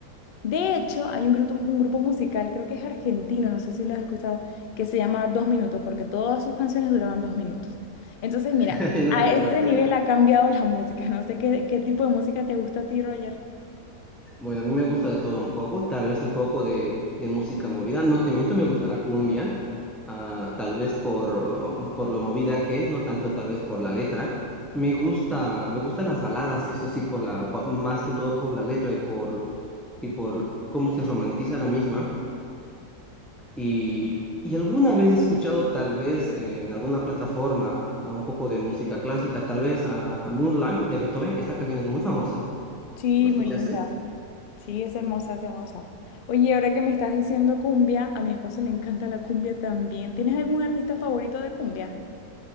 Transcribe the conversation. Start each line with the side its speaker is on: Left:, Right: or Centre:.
Left: De hecho, hay un grupo, un grupo musical, creo que es argentino, no sé si lo has escuchado, que se llama Dos Minutos, porque todas sus canciones duraban dos minutos. Entonces,
Centre: <laughs>
Left: mira,
Centre: No
Left: a
Centre: te puedo
Left: ese
Centre: creer.
Left: nivel ha cambiado la música. No sé qué, qué tipo de música te gusta a ti, Roger.
Centre: Bueno, a mí me gusta de todo un poco, tal vez un poco de, de música movida. No te miento, me gusta la cumbia, ah, tal vez por, uh, por lo movida que es, no tanto tal vez por la letra. Me gusta, me gustan las baladas, eso sí, por la, por- más que todo por la letra y por, y por cómo se romantiza la misma. Y, y alguna vez he escuchado tal vez eh, en alguna plataforma a un poco de música clásica, tal vez a Moonlight de Beethoven. Esta canción es muy famosa.
Left: Sí,
Centre: ¿La escuchaste?
Left: muy linda. Sí, es hermosa, es hermosa. Oye, ahora que me estás diciendo cumbia, a mi esposo le encanta la cumbia también. ¿Tienes algún artista favorito de cumbia?